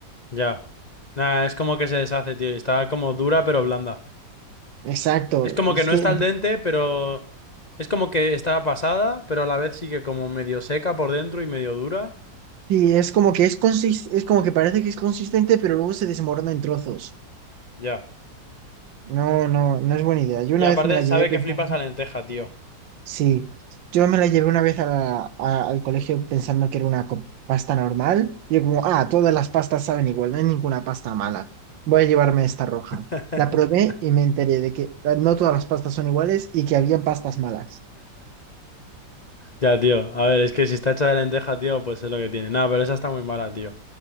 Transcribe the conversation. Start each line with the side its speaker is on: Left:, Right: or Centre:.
Left: Ya. Nada, es como que se deshace, tío. y Está como dura pero blanda.
Right: Exacto,
Left: Es como
Right: es
Left: que no
Right: que
Left: está al dente, pero... Es como que está pasada, pero a la vez sí que como medio seca por dentro y medio dura.
Right: sí, es como que es consis- es como que parece que es consistente, pero luego se desmorona en trozos.
Left: Ya.
Right: No, no, no es buena idea. Yo
Left: Y
Right: una
Left: aparte
Right: vez me la llevé
Left: sabe
Right: pensando.
Left: que flipas a lenteja, tío.
Right: Sí, yo me la llevé una vez a la- a- al colegio pensando que era una co- pasta normal. Y yo como, ah, todas las pastas saben igual, no hay ninguna pasta mala. Voy a llevarme esta roja.
Left: <laughs>
Right: La probé y me enteré de que eh, no todas las pastas son iguales y que habían pastas malas.
Left: Ya, tío. A ver, es que si está hecha de lenteja, tío, pues es lo que tiene. Nada, pero esa está muy mala, tío.